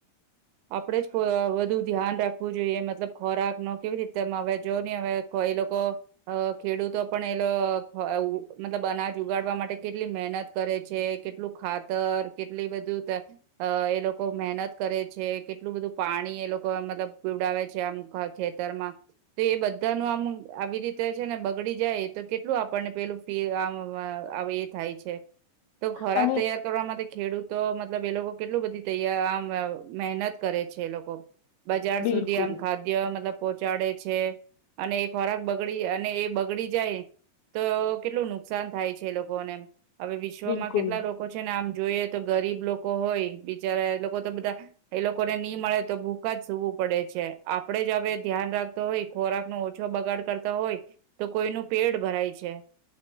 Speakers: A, on the right; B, on the left.
A: આપડે જ પ્રો વધુ ધ્યાન રાખવું જોઈએ મતલબ ખોરાક નો કેવી રીતે અમ જોવો ને કોઈ લોકો અ ખેડૂતો પણ એ મતલબ અનાજ ઉગાડવા માટે કેટલી મહેનત કરે છે, કેટલું ખાતર કેટલી બધું ત અ એ લોકો મહેનત કરે છે, કેટલું બધું પાણી એ લોકો મતલબ પીવડાવે છે આમ ખેતરમાં, તો એ બધાનું આમ આવી રીતે છે ને બગડી જાય, તો કેટલું આપણને પેલું ફી આમ અ અ અવ એ થાય છે. તો ખોરાક
B: અને
A: તૈયાર કરવા માંતે ખેડૂતો મતલબ એ લોકો કેટલું બધી તૈયા આમ મહેનત કરે છે એ લોકો. બજાર
B: બિલકુલ
A: સુધી આમ ખાદ્ય મતલબ પોહચાડે. છે, અને એ ખોરાક બગડી અને એ બગડી જાય, તો કેટલું નુકસાન થાય છે એ લોકોને. હવે વિશ્વમાં
B: બિલકુલ
A: કેટલા લોકો છે ને આમ જોઈએ તો ગરીબ લોકો હોય, બિચારા એ લોકો તો બધા એ લોકોને ની મળે તો ભૂખા જ સૂવું પડે છે, આપણેે જ હવે ધ્યાન રાખતો હોય ખોરાક નો ઓછો બગાડ કરતો હોય, તો કોઈનું પેટ ભરાય છે.